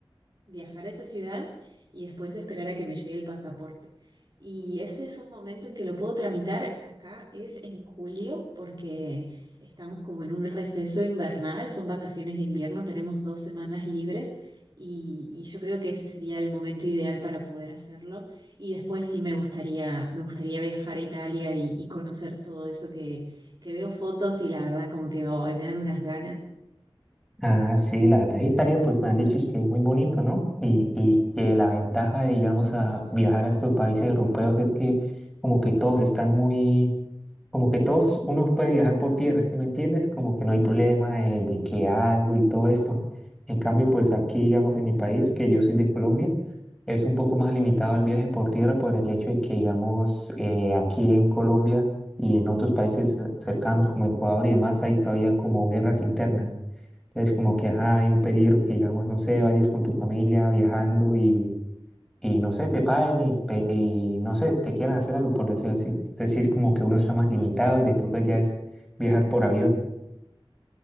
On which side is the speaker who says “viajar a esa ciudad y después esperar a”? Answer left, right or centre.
Right